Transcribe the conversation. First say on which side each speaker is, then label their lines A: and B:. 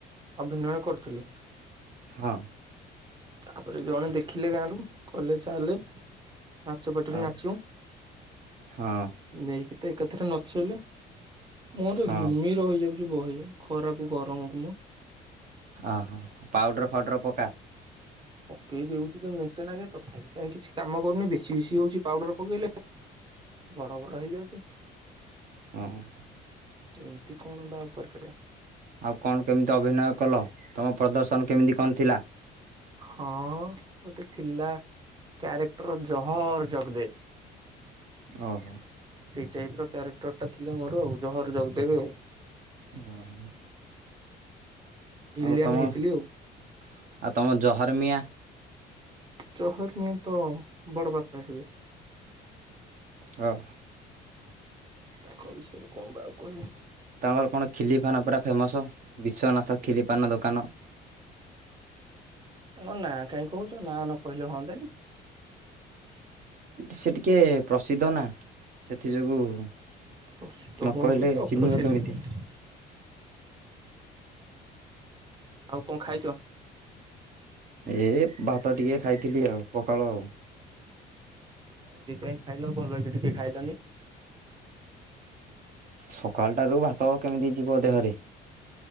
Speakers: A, on the right; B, on the right.
A: ଅଭିନୟ କରୁଥିଲି।
B: ହଁ।
A: ତାପରେ ଜଣେ ଦେଖିଲେ ଗାଁରୁ କଲେ ଚାଲେ। ନାଚ ପାଟିରେ
B: ହଁ
A: ନାଚିବୁ
B: ହଁ
A: ନେଇକି। ତ ଏକାଥରେ ନଚେଇଲେ ମୋର ତ
B: ହଁ
A: ଘିମିର ହେଇଯାଉଛି ବହେ ଖରାକୁ ଗରମକୁ ମ
B: ଆ ହା ପାଉଡ଼ର ଫାଉଡ଼ର ପକ୍କା।
A: ପକେଇଦଉଛି ତ ମେଚେ ନା୍କେ ତଥାପି କାହିଁ କିଛି କାମ କରୁନି ବେଶି ବେଶି ହଉଛି ପାଉଡର ପକେଇଲେ। ବଡ଼ ବଡ଼ ହେଇଯାଉଚି।
B: ହଁ ହଁ।
A: ଏମିତି କଣ ବା ଆଉ କରିପାରିବା।
B: ଆଉ କଣ କେମିତି ଅଭିନୟ କଲ ତୁମ ପ୍ରଦର୍ଶନ କେମିତି କଣ ଥିଲା?
A: ହଁ ଗୋଟେ ଥିଲା। କ୍ୟାରେକ୍ଟର ଜହର ଜଗଦେବ।
B: ହଁ ହଁ।
A: ସେଇ ଟାଇପ ର କ୍ୟାରେକ୍ଟର ଟା ଥିଲା ମୋର ଆଉ ଜହର ଜଗ ଦେବେ ଆଉ।
B: ହଁ ହଁ।
A: ଭିଲିଆନ
B: ଆଉ ତମ
A: ହେଇଥିଲି
B: ଆଉ ତମ ଜହରର୍ମିଆଁ।
A: ଚହର ନିଏଁ ତ ବଡ଼ ବାପା ହେବେ।
B: ହଁ।
A: ତାଙ୍କ କଣ ବା ଆଉ କହିବୁ।
B: ତମର କଣ ଖିଲିପାନ ପୁରା ଫେମସ ବିଶ୍ୱନାଥ ଖିଲିପାନ ଦୋକାନ।
A: ତାଙ୍କ ନା କାହିଁ କହୁଛ ନା ନ କହିଲେ ହୁଅନ୍ତା ନି।
B: ସେ ଟିକେ ପ୍ରସିଦ୍ଧ ନା ସେଥି ଯୋଗୁଁ ନ
A: ପ୍ରସିଦ୍ଧ ହୁଅନ୍ତୁ
B: କହିଲେ
A: କି ଅପ୍ରସିଦ୍ଧ
B: ଚିହ୍ନିବ କେମିତି।
A: ହୁଅନ୍ତୁ ଆଉ କଅଁ ଖାଇଛ?
B: ଏ ଭାତ ଟିକେ ଖାଇଥିଲି ଆଉ ପକାଳ।
A: ଟିକେ କାଇଁ ଖାଇଲ ଭଲ କି ଟିକେ ଖାଇଲନି।
B: ସକାଳ ଟାରୁ ଭାତ କେମିତି ଯିବ ଦେହରେ।